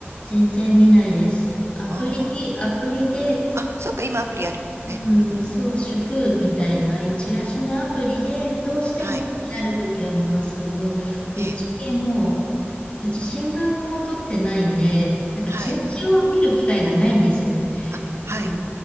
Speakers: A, on the left; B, on the right.
A: 全然見ないです。アプリ、
B: あ
A: アプリで、
B: あ。あ、そっか、今アプリあるもんね。
A: うん、
B: うん。
A: そう、主婦みたいな、ああいうチラシのアプリで、どうしても気になるときは見ますけど、
B: はい。
A: ぶっちゃけもう、
B: ええ。
A: うち新聞も取ってないんで、なんかチラシを見る機会がないんですよね。
B: はい。あ、はい。
A: うん。